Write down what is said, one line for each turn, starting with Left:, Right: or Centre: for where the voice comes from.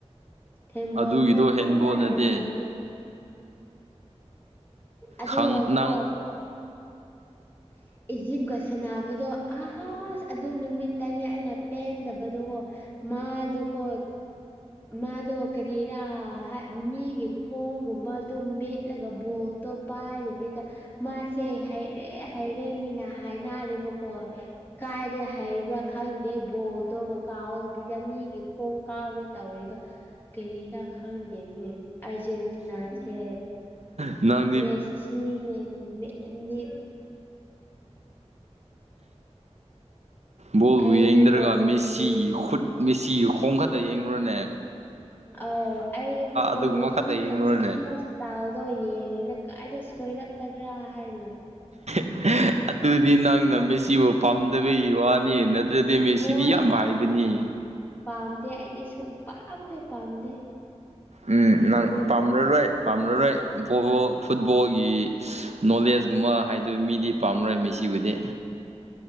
Left: ꯊꯦꯜꯕꯣꯟꯅꯦ
Right: ꯑꯗꯨꯒꯤꯗꯣ
Left: ꯄꯨꯔꯥ
Right: ꯍꯦꯟꯕꯣꯜ ꯅꯠꯇꯦ
Left: ꯍꯦꯜꯕꯣꯜꯅꯦ ꯑꯗꯨꯒꯀꯣ
Right: ꯈꯪ ꯅꯪ
Left: ꯎꯝ ꯏꯖꯤꯞꯀ ꯁꯅꯥꯕꯗꯣ ꯑꯥꯁ ꯑꯗꯨ ꯅꯨꯃꯤꯠꯇꯅꯦ ꯑꯩꯅ ꯄꯦꯟꯗꯕꯗꯣꯀꯣ ꯃꯥꯗꯣꯀꯣ ꯃꯥꯗꯣ ꯀꯔꯤꯔꯥ ꯃꯤꯒꯤ ꯈꯣꯡꯒꯨꯝꯕꯗꯣ ꯑꯗꯨꯝ ꯃꯦꯠꯂꯒ ꯕꯣꯜꯗꯣ ꯄꯥꯏꯗꯕꯤꯗ ꯃꯥꯁꯦ ꯍꯩꯔꯦ ꯍꯩꯔꯦ ꯃꯤꯅ ꯍꯥꯏꯅꯔꯦꯕꯀꯣ ꯀꯥꯏꯗꯩ ꯍꯩꯕ꯭ꯔꯥ ꯈꯪꯗꯦ ꯕꯣꯜꯗꯣ ꯀꯥꯎꯗꯕꯤꯗ ꯃꯤꯒꯤ ꯈꯣꯡ ꯀꯥꯎꯋꯦ ꯇꯧꯔꯤꯗꯣ ꯀꯔꯤꯔꯥ ꯈꯪꯗꯦꯅꯦ ꯑꯥꯔꯖꯦꯟꯇꯤꯅꯥꯁꯦ
Right: ꯅꯪ
Left: ꯃꯦꯁꯤꯅꯤꯅꯦ ꯃꯦꯟꯗꯤ
Right: ꯕꯣꯜꯕꯨ
Left: ꯑꯩꯗꯤꯀꯣ
Right: ꯌꯦꯡꯗ꯭ꯔꯒ
Left: ꯃꯦꯁꯤ
Right: ꯃꯦꯁꯤꯒꯤ
Left: ꯍꯥꯏ
Right: ꯈꯨꯠ ꯃꯦꯁꯤꯒꯤ ꯈꯣꯡ ꯈꯇ ꯌꯦꯡꯕ꯭ꯔꯅꯦ
Left: ꯑꯧ ꯑꯩꯗꯤꯀꯣ
Right: ꯑꯗꯨꯒꯨꯝꯕ
Left: ꯃꯦꯁꯤꯅ
Right: ꯈꯛꯇ ꯌꯦꯡꯕ꯭ꯔꯣꯅꯦ
Left: ꯆꯦꯟꯕ ꯇꯥꯎꯗꯣ ꯌꯦꯡꯉꯤꯅꯦ ꯀꯥꯏꯗ ꯁꯣꯏꯔꯛꯀꯗ꯭ꯔꯥ ꯍꯥꯏꯅ <unintelligible>
Right: ꯍꯦꯍꯦ ꯑꯗꯨꯗꯤ ꯅꯪꯅ ꯃꯦꯁꯤꯕꯨ ꯄꯥꯝꯗꯕꯒꯤ ꯋꯥꯅꯤ ꯅꯠꯇ꯭ꯔꯗꯤ
Left: ꯍꯣꯏ
Right: ꯃꯦꯁꯤꯗꯤ ꯌꯥꯝ ꯍꯩꯕꯅꯤ
Left: ꯄꯥꯝꯗꯦ ꯑꯩꯗꯤ ꯁꯨꯛꯄꯥꯝ ꯍꯦꯛ ꯄꯥꯝꯗꯦ
Right: ꯎꯝ ꯅꯪ
Left: ꯒꯨꯛ
Right: ꯄꯥꯝꯂꯔꯣꯏ ꯄꯥꯝꯂꯔꯣꯏꯕ ꯐꯨꯠꯕꯣꯜꯒꯤ ꯅꯣꯂꯦꯖꯀꯨꯝꯕ ꯍꯥꯏꯗꯋ ꯃꯤꯗꯤ ꯄꯥꯝꯔꯣꯏ ꯃꯤꯁꯤꯕꯨꯗꯤ